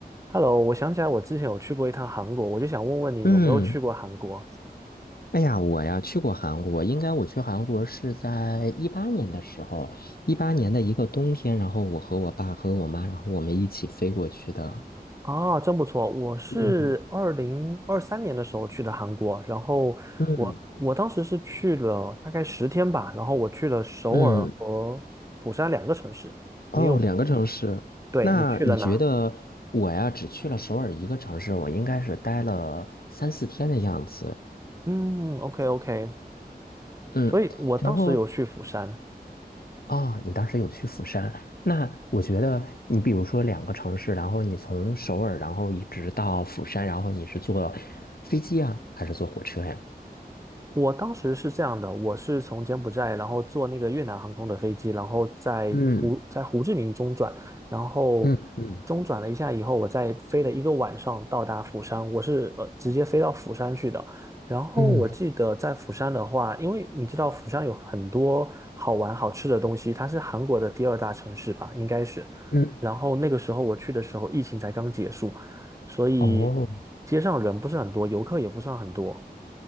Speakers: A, on the right; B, on the left.
A: Hello，我想起来我之前有去过一趟韩国，我就想问问你有没有去过韩国
B: 嗯，哎呀，我呀去过韩国，应该我去韩国是在一八年的时候，一八年的一个冬天，然后我和我爸和我妈，然后我们一起飞过去的。
A: 啊？真不错，我是二零二三年的时候去的韩国，
B: 嗯
A: 然后我我当时是去了大概十天吧，
B: 嗯
A: 然后我去了首尔和釜山两个城市。
B: 嗯，哦，
A: 你有，
B: 两个城市。
A: 对，
B: 那你觉得我呀只去了首尔一个城市，
A: 你去了哪？
B: 我应该是待了三四天的样子。
A: 嗯，OK OK，
B: 嗯，
A: 所以我当时有去釜山，
B: 然后啊，你当时有去釜山，那我觉得你比如说两个城市，然后你从首尔，然后一直到釜山，然后你是坐飞机啊，还是坐火车呀？
A: 我当时是这样的，我是从柬埔寨，然后坐那个越南航空的飞机，然后在胡在胡志明中转，
B: 嗯
A: 然后中转了一下以后，
B: 嗯嗯
A: 我再飞了一个晚上到达釜山，我是呃直接飞到釜山去的。然后我记得在釜山的话，
B: 嗯
A: 因为你知道釜山有很多好玩好吃的东西，它是韩国的第二大城市吧，应该是。
B: 嗯，
A: 然后那个时候我去的时候，疫情才刚结束，所以
B: 哦，
A: 街上人不是很多，游客也不算很多。